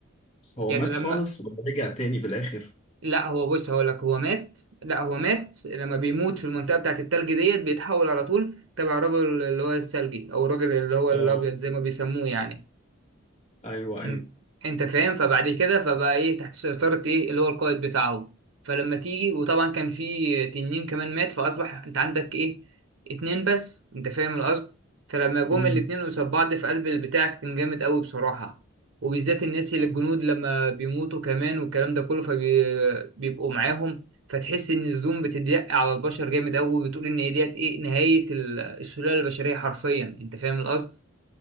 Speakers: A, on the left; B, on the right.
A: هو
B: يعني
A: مات
B: لما
A: خالص ولا رجع تاني في الآخر
B: لا هو بص هقول لك هو مات لا هو مات لما بيموت في المنطقه بتاعت التلج ديت بيتحول على طول تبع الراجل اللي هو الثلجي او الراجل اللي هو الابيض
A: اه
B: زي ما بيسموه يعني
A: أيوه
B: م-
A: أيوه
B: انت فاهم فبعد كده فبقى ايه تحت سيطرة ايه اللي هو القائد بتاعه فلما تيجي وطبعا كان في تنين كمان مات فاصبح انت عندك ايه اتنين بس انت فاهم القصد فلما جم
A: امم
B: الاتنين قصاد بعض في قلب البتاع كان جامد قوي بصراحة وبالذات الناس اللي
A: آه.
B: الجنود لما بيموتوا كمان والكلام ده كله فبيبقوا معاهم فتحس ان الزوم بتضيق على البشر جامد قوي وبتقول ان هي ديت ايه نهاية ال- السلالة البشرية حرفيا انت فاهم القصد